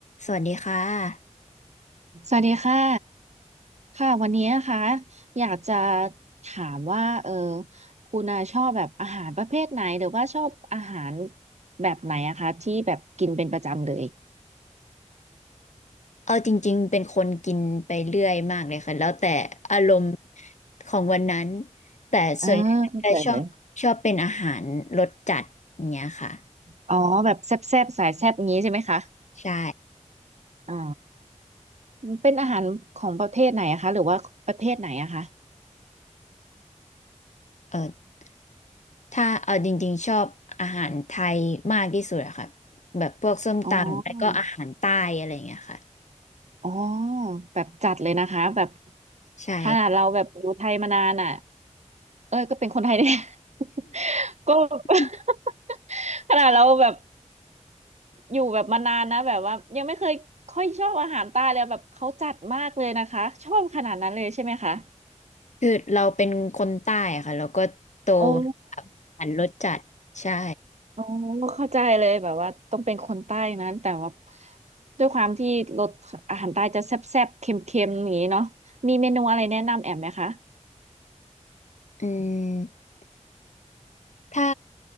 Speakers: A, on the left; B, on the right.
A: สวัสดีค่ะ
B: สวัสดีค่ะค่ะวันนี้นะคะอยากจะถามว่าเออคุณอาชอบแบบอาหารประเภทไหนหรือว่าชอบอาหารแบบไหนอะคะที่แบบกินเป็นประจำเลย
A: เอาจริงๆเป็นคนกินไปเรื่อยมากเลยค่ะแล้วแต่อารมณ์ของวันนั้นแต่ส่วนใหญ่จะชอบชอบเป็นอาหารรสจัดอย่างเงี้ยค่ะ
B: <laughs> อ่าเข้าใจเลยอ๋อแบบแซ่บๆสายแซ่บงี้ใช่ไหมคะ
A: ใช่
B: อ๋อเป็นอาหารของประเทศไหนอะคะหรือว่าประเภทไหนอะคะ
A: เออถ้าเอาจริงๆชอบอาหารไทยมากที่สุดอะค่ะแบบพวกส้มตำแล้วก็อาหารใต้อะไรอย่างเงี้ยค่ะ
B: อ๋อ อ๋อแบบจัดเลยนะคะแบบ
A: ใช่
B: ขนาดเราแบบอยู่ไทยมานานอ่ะเอ้ยก็เป็นคนไทยเนี่ย <laughs> ก็ <laughs>
A: <laughs>
B: ขนาดเราแบบอยู่แบบมานานนะแบบว่ายังไม่เคยค่อยชอบอาหารใต้เลยแบบเขาจัดมากเลยนะคะชอบขนาดนั้นเลยใช่ไหมคะ
A: คือเราเป็นคนใต้อะค่ะเราก็โต
B: โอ้
A: กับอาหารรสจัดใช่
B: โอ้เข้าใจเลยแบบว่าต้องเป็นคนใต้นั้นแต่ว่าด้วยความที่รสอาหารใต้จะแซ่บๆเค็มๆอย่างนี้เนาะมีเมนูอะไรแนะนำแอมไหมคะ
A: อืม ถ้า